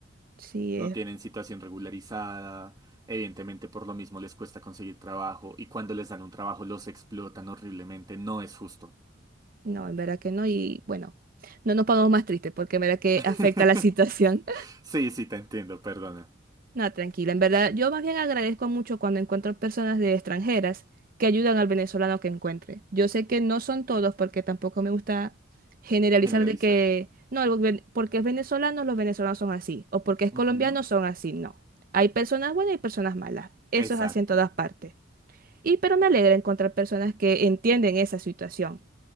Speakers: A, on the right; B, on the right.
A: Sí,
B: no
A: es.
B: tienen situación regularizada, evidentemente por lo mismo les cuesta conseguir trabajo y cuando les dan un trabajo los explotan horriblemente, no es justo.
A: No, en verdad que no. Y bueno, no nos pongamos más tristes porque en verdad que
B: <laughs>
A: afecta la <laughs> situación.
B: Sí, sí, te entiendo, perdona.
A: No, tranquila, en verdad, yo más bien agradezco mucho cuando encuentro personas de extranjeras que ayudan al venezolano que encuentre. Yo sé que no son todos porque tampoco me gusta generalizar
B: Generalizar.
A: de que, no, el ven- porque es venezolano, los venezolanos son así, o porque es colombiano,
B: Ujú,
A: son así, no. Hay personas buenas y personas malas, eso
B: Exacto.
A: es así en todas partes. Y pero me alegra encontrar personas que entienden esa situación.